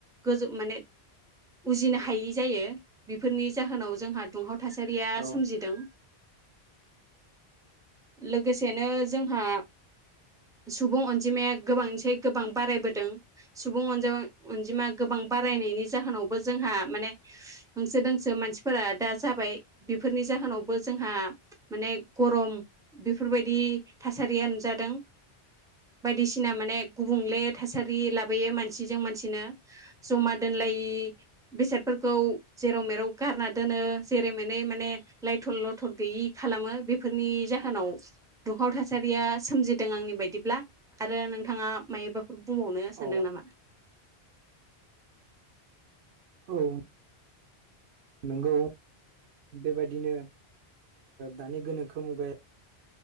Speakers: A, in the centre; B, on the right (about 75°).
A: गोजौ माने उजिनो हायि जायो बेफोरनि जाहोनाव जोंहा दुंहाव थासारिया
B: औ
A: सोमजिदों। लोगोसेनो जों हा सुबुं अनजिमाया गोबांसै गोबां बारायबोदों सुबुं अन <unintelligible> अनजिमा गोबां बारायनायनि जाहोनावबो जोंहा माने होंसो दोंसो मानसिफोरा दा जाबाय बिफोरनि जाहोनावबो जोंहा माने ग'रम बेफोरबायदि थासारिया नुजादों बायदिसिना माने गुबुंले थासा लाबोयो मानसिजों मानसिनो जमा दोनलायि बेसादफोरखौ जेराव मेराव गारना दोनो जेरै मेनै माने लाइथर लथर गैयि खालामो बेफोरनि जाहोनाव दुंहाव थासारिया सोमजिदों आंनि बायदिब्ला आरो नोंथाङा मायबाफोरब बुंबावनो सानदों
B: औ
A: नामा
B: औ नंगौ बेबायदिनो दानि ओ गोनोखो मुगा